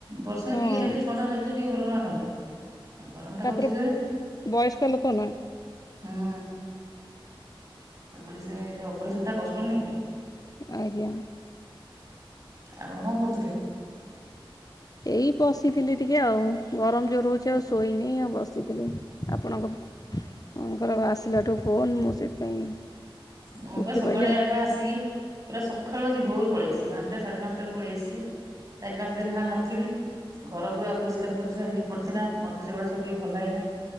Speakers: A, on the right; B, on the left.
A: ବର୍ଷା
B: ହଁ
A: ଟିକେ ହେଲେ ଥଣ୍ଡା ଲାଗିଲେ ଟିକେ ଭଲ ଲାଗନ୍ତା। ଆଉ ଗରମ ଟା
B: ତାପରେ
A: ହଉଛି ଜୋରେ
B: ବୟସ୍କ ଲୋକ ନା
A: ହୁଁ ତାପରେ ସେ ଯ ଅପରେସନ ଟା କଷ୍ଟ ନୁହଁ କି?
B: ଆଜ୍ଞା
A: ଆପଣ କଣ କରୁଥିଲେ?
B: ଏଇ ବଶିଥିଲି ଟିକେ ଆଉ ଗରମ ଜୋର ହଉଛି ଆଉ ଶୋଇନି ଆଉ ବସିଥିଲି ଆପଣଙ୍କ ଆଁକର ଘର ଆସିଲାଠୁ ଫୋନ୍ ମୁଁ ସେଥିପାଇଁ
A: ମୁଁପା
B: ଉଠି
A: ସକାଳେ
B: ପଇଲି ଆଉ
A: ଆଗ ଆସିକି ପୁରା ସକାଳୁ ଆଜି ଭୋର ପଳେଇ ଆସି ପାଞ୍ଚଟା ସାଢେ ପାଞ୍ଚଟାରୁ ପଳେଇ ଆସି ଚାରି ପାଞ୍ଚ ଦିନ ହେଲା ନଥିଲି। ଘର ପୁରା ଅପରିଷ୍କାର ଅପରିଷ୍କାର ହେଇକି ପଡିଥିଲା ମତେ ସେଗୁଡା ସବୁ ଟିକେ ଭଲ ଲାଗେନା।